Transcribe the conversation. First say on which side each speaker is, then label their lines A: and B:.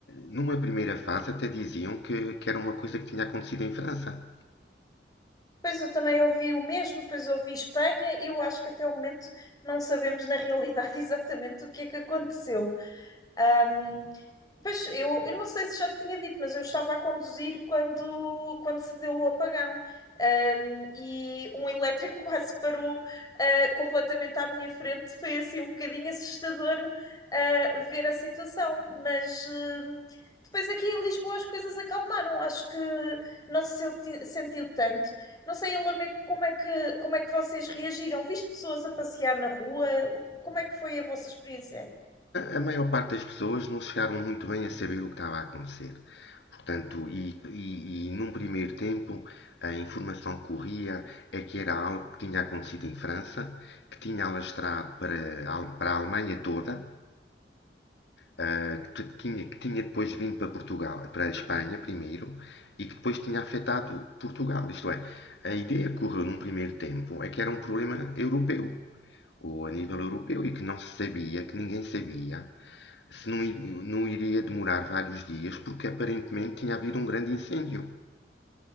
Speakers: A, on the left; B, on the left.
A: numa primeira fase até diziam que, que era uma coisa que tinha acontecido em França.
B: Pois eu também ouvi o mesmo, depois ouvi Espanha. Eu acho que até o momento não sabemos na realidade <laughs> exatamente o que é que aconteceu. Ahm, pois eu, eu não sei se já te tinha dito, mas eu estava a conduzir quando, quando se deu o apagão, Ahm, e um elétrico <laughs> quase parou, ah, completamente à minha frente. Foi assim um bocadinho assustador, ah, ver a situação, mas. hum, Depois aqui em Lisboa as coisas acalmaram, acho que não se senti- sentiu tanto. Não sei, em Lamego, como é que, como é que vocês reagiram? Viste pessoas a passear na rua? O- Como é que foi a vossa experiência?
A: A maior parte das pessoas não chegaram muito bem a saber o que estava a acontecer. Portanto, e, e, e num primeiro tempo, a informação que corria é que era algo que tinha acontecido em França, que tinha alastrado para, para a Alemanha toda, ah, que, tinha, que tinha depois vindo para Portugal, para a Espanha primeiro, e que depois tinha afetado Portugal. Isto é, a ideia que correu num primeiro tempo é que era um problema europeu, ou a nível europeu, e que não se sabia, que ninguém sabia se não, não iria demorar vários dias, porque aparentemente tinha havido um grande incêndio.